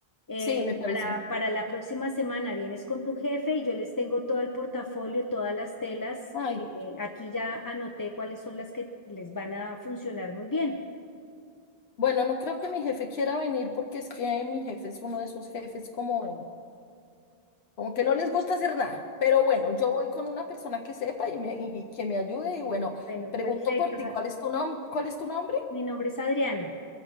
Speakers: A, on the left; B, on the left.
A: eh,
B: Sí, me parece.
A: para, para la próxima semana. Vienes con tu jefe y yo les tengo todo el portafolio, todas las telas
B: Ay,
A: que eh, aquí ya anoté cuáles son las que les van a funcionar muy bien.
B: bueno, no creo que mi jefe quiera venir porque es que mi jefe es uno de esos jefes como Como que no les gusta hacer nada. Pero bueno, yo voy con una persona que sepa y, me, y que me ayude. Y bueno,
A: Bueno,
B: pregunto
A: perfecto.
B: por ti, ¿cuál es tu nom- cuál es tu nombre?
A: Mi nombre es Adriana.